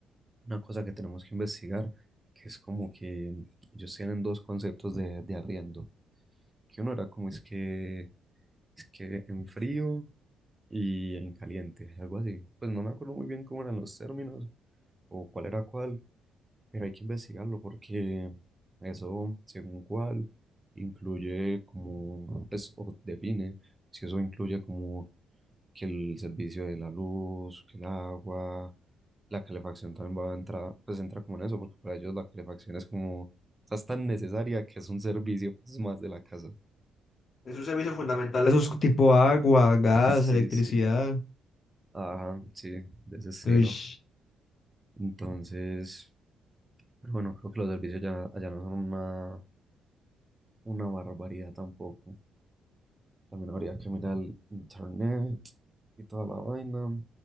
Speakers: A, on the right; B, on the left.
A: una cosa que tenemos que investigar, que es como que ellos tienen dos conceptos de, de arriendo. que uno era como es que, es que en frío y en caliente, algo así. Pues no me acuerdo muy bien cómo eran los términos o cuál era cuál, pero hay que investigarlo porque eso, según cuál, incluye como, pues, o define si eso incluye como que el servicio de la luz, que el agua, la calefacción también va a entrar, pues entra como en eso, porque para ellos la calefacción es como, o sea, es tan necesaria que es un servicio, pues, más de la casa.
B: es un servicio fundamental. Esos tipo agua, gas,
A: <laughs> Sí,
B: electricidad.
A: sí. Ajá, sí, de ese estilo.
B: Ush.
A: Entonces, pero bueno, creo que los servicios ya, allá no son una, una barbaridad tampoco. También habría que mirar el internet y toda la vaina.